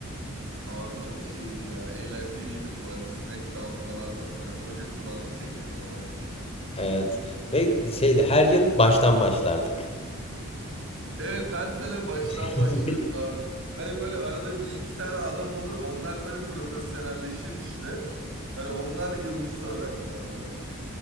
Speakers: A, on the right (about 65°); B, on the left (about 30°).
A: abi çok şeydi ya. Eğlenceliydi bu arada. Smackdown falan değil mi? Hoca kulağını çekiyor falan.
B: Evet. Ve şeydi her yıl baştan başlardık.
A: Evet her sene baştan
B: <laughs>
A: başlıyoruz abi. Hani böyle arada bir iki tane adam olur. Onlar böyle profesyonelleşir işte. Hani onlar yıldız öğrenci abi.